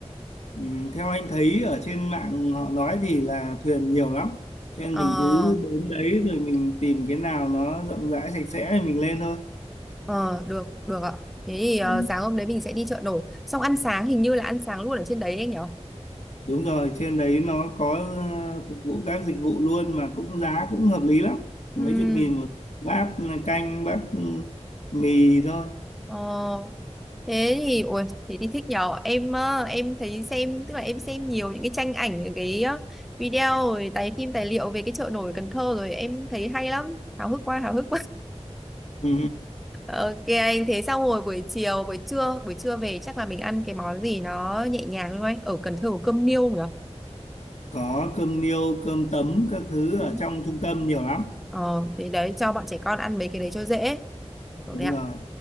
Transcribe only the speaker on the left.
Ừ, theo anh thấy ở trên mạng họ nói thì là thuyền nhiều lắm cho nên
mình cứ đến đấy rồi mình tìm cái nào nó rộng rãi sạch sẽ thì mình lên thôi
ừ,
đúng rồi trên đấy nó có ờ, phục vụ các dịch vụ luôn mà cũng giá cũng hợp lý lắm mấy
chục nghìn một bát canh bát mì thôi
ừ,
có cơm niêu cơm tấm các thứ
ở trong trung tâm nhiều lắm
đúng
rồi